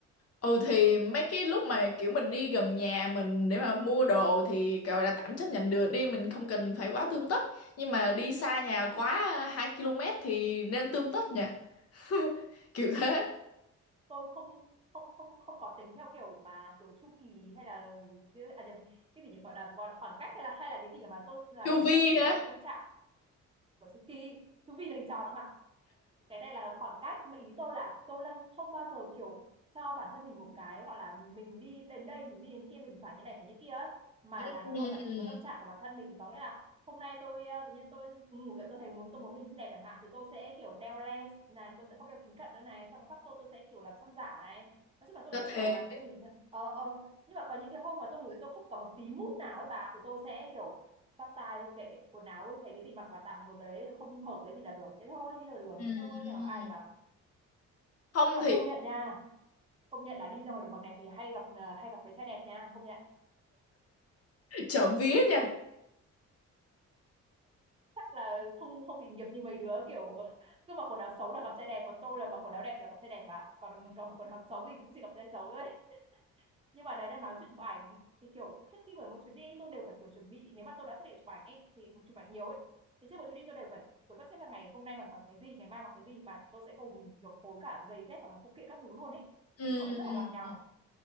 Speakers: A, on the left; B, on the right.
A: Ừ thì mấy cái lúc mà kiểu mình đi gần nhà mình để mà mua đồ thì gọi là tạm chấp nhận được đi mình không cần phải quá tươm tất nhưng mà đi xa nhà quá 2 km thì nên tươm tất nha <laughs> kiểu thế
B: tôi không không không không có tính theo kiểu mà kiểu chu kỳ hay là à nhầm cái gì nhỉ gọi là gọi là khoảng cách hay là hay là cái gì mà tôi là
A: chu
B: người
A: vi
B: theo sống
A: á
B: theo cái tâm trạng của chu kỳ chu kỳ là hình tròn nữa mà cái này là khoảng cách mà ý tôi là tôi đang không bao giờ kiểu cho bản thân mình một cái gọi là mình đi đến đây mình đi đến kia mình phải như này phải như kia ấy. mà
A: ừ,
B: là nó hoàn toàn phụ vào tâm trạng của bản thân mình có nghĩa là hôm nay tôi ờ, tự nhiên tôi ngủ dậy tôi thấy muốn tôi muốn mình xinh đẹp chẳng hạn thì tôi sẽ kiểu đeo lens này tôi sẽ không đeo kính cận nữa này xong tóc tôi tôi sẽ kiểu làm son giả này nói chung là tôi
A: là
B: sẽ
A: thế
B: kiểu làm cho mình thật ờ ờ nhưng mà có những cái hôm mà tôi ngủ dậy tôi không có một tí mút nào ấy bà thì tôi sẽ kiểu tóc tai kệ quần áo thấy cái gì mặc vào tạm một cái đấy không hợp cái gì là được thế thôi đi ra đường
A: ừ.
B: thế thôi à, mà ai gặp
A: không
B: nhưng mà
A: thì
B: công nhận nha công nhận là đi ra ngoài đường mặc đẹp thì hay gặp à, hay gặp với trai đẹp nha công nhận
A: <laughs> trộm vía nha
B: chắc là không không bị nghiệp như mấy đứa kiểu cứ mặc quần áo xấu là gặp trai đẹp còn tôi là mặc quần áo đẹp thì là gặp trai đẹp ạ còn gặp quần áo xấu thì cũng chỉ gặp trai xấu thôi nhưng mà đấy đang nói chuyện chụp ảnh thì kiểu trước khi bởi mỗi chuyến đi tôi đều phải kiểu chuẩn bị nếu mà tôi đã xác định chụp ảnh ấy thì chụp ảnh nhiều ấy thì trước mỗi chuyến đi tôi đều phải kiểu sắp xếp là ngày hôm nay bằng bằng cái gì ngày mai bằng cái gì mà tôi sẽ cùng kiểu phối cả giày dép và cả phụ kiện các thứ luôn ấy
A: ừ.
B: nói chung là nó rất là lằng nhằng